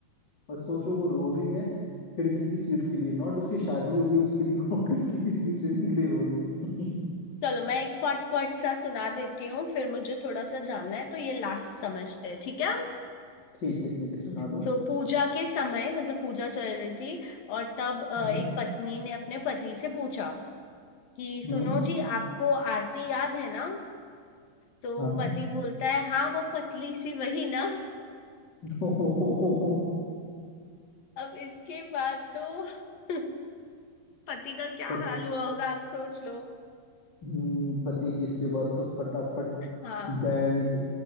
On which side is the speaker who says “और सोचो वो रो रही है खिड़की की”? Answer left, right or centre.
Left